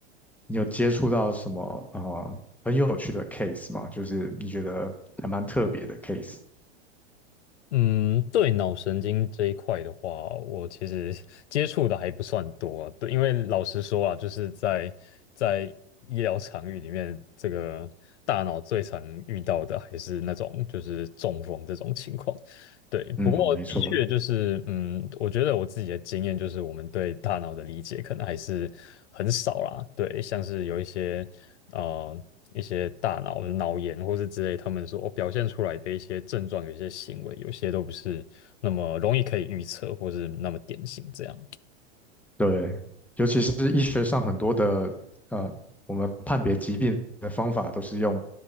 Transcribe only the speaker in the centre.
你有接触到什么呃很有趣的 case 吗？就是你觉得还蛮特别的 case。
嗯，
没错。
对，尤其是医学上很多的呃，我们判别疾病的方法都是用